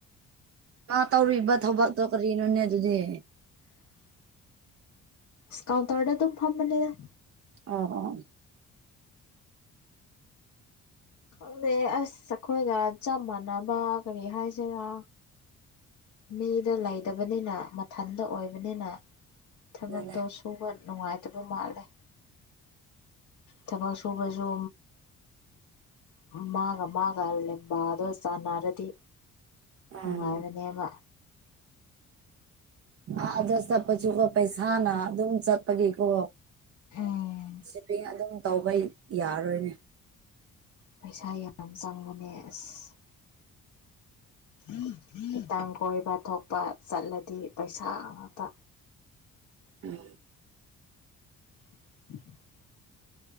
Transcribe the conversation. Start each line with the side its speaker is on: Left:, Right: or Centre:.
Right: ꯃꯥ ꯇꯧꯔꯨꯏꯕ ꯊꯕꯛꯇꯣ ꯀꯔꯤꯅꯣꯅꯦ ꯑꯗꯨꯗꯤ
Left: ꯁꯀꯥꯎꯟꯇꯗ ꯑꯗꯨꯝ ꯐꯝꯕꯅꯦꯗ
Right: ꯑ ꯑ
Left: ꯈꯪꯗꯦ ꯑꯁ ꯑꯩꯈꯣꯏꯒ ꯆꯞ ꯃꯥꯟꯅꯕ ꯀꯔꯤ ꯍꯥꯏꯁꯤꯔꯥ ꯃꯤꯗꯣ ꯂꯩꯇꯕꯅꯤꯅ ꯃꯊꯟꯗ ꯑꯣꯏꯕꯅꯤꯅ ꯊꯕꯛꯇꯣ
Right: ꯑꯗꯨꯅꯦ
Left: ꯁꯨꯕ ꯅꯨꯡꯉꯥꯏꯇꯕ ꯃꯥꯜꯂꯦ ꯊꯕꯛ ꯁꯨꯕꯁꯨ ꯎꯝ ꯃꯥꯒ ꯃꯥꯒ ꯂꯕꯥ ꯑꯗꯣ ꯁꯥꯟꯅꯔꯗꯤ
Right: ꯎꯝ
Left: ꯅꯨꯡꯉꯥꯏꯕꯅꯦꯕ
Right: ꯑꯥꯗꯁ ꯆꯄ ꯀꯣ ꯄꯩꯁꯅ ꯑꯗꯨꯝ ꯆꯠꯄꯒꯤ ꯀꯣ
Left: ꯎꯝ
Right: ꯁꯚꯤꯡ ꯑꯗꯨꯝ ꯇꯧꯕ ꯌꯥꯔꯣꯏꯅꯦ
Left: ꯄꯩꯁꯥ ꯌꯥꯝ ꯆꯪꯕꯅꯦ ꯑꯁ ꯉꯍꯛꯇꯪ ꯀꯣꯏꯕ ꯊꯣꯛꯄ ꯆꯠꯂꯗꯤ ꯄꯩꯁꯥ ꯉꯥꯛꯇ
Right: ꯎꯝ
Left: <inaudible>